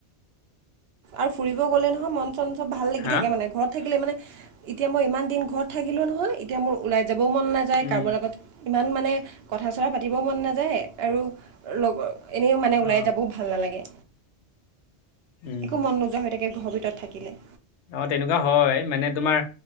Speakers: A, on the right; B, on the left.
A: আৰু ফুৰিব গ'লে নহয় মন চন চব ভাল লাগি
B: হা
A: থাকে মানে ঘৰত থাকিলে মানে এতিয়া মই ইমান দিন ঘৰত থাকিলো নহয় এতিয়া মোৰ ওলাই যাবও মন নাযায়,
B: উম
A: কাৰোবাৰ লগত ইমান মানে কথা চথা পাতিব মন নাযায় আৰু লগৰ‌ এনেইও মানে
B: অ
A: ওলাই যাব ভাল নালাগে।
B: উম
A: একো মন নোযোৱা হৈ থাকে ঘৰৰ ভিতৰত থাকিলে।
B: অ' তেনেকুৱা হয় মানে তোমাৰ